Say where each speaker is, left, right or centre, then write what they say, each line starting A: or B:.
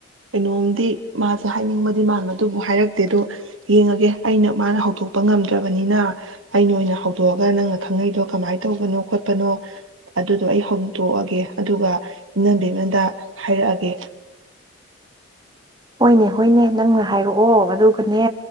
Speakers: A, on the right; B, on the right.
A: ꯀꯩꯅꯣꯝꯗꯤ ꯃꯥꯁꯦ ꯍꯥꯏꯅꯤꯡꯕꯗꯤ ꯃꯥꯟꯕꯗꯨꯕꯨ ꯍꯥꯏꯔꯛꯇꯦ ꯑꯗꯣ ꯌꯦꯡꯉꯒꯦ ꯑꯩꯅ ꯃꯥꯅ ꯍꯧꯗꯣꯛꯄ ꯉꯝꯗ꯭ꯔꯕꯅꯤꯅ ꯑꯩꯅ ꯑꯣꯏꯅ ꯍꯧꯗꯣꯛꯑꯒ ꯅꯪꯅ ꯈꯪꯅꯩꯗꯣ ꯀꯃꯥꯏꯅ ꯇꯧꯕꯅꯣ ꯈꯣꯠꯄꯅꯣ ꯑꯗꯨꯗꯣ ꯑꯩ ꯍꯧꯗꯣꯛꯑꯒꯦ ꯑꯗꯨꯒ ꯏꯅꯝꯕꯦꯝꯃꯗ ꯍꯥꯏꯔꯛꯑꯒꯦ
B: ꯍꯣꯏꯅꯦ ꯍꯣꯏꯅꯦ ꯅꯪꯅ ꯍꯥꯏꯔꯛꯑꯣ ꯑꯗꯨꯒꯅꯦ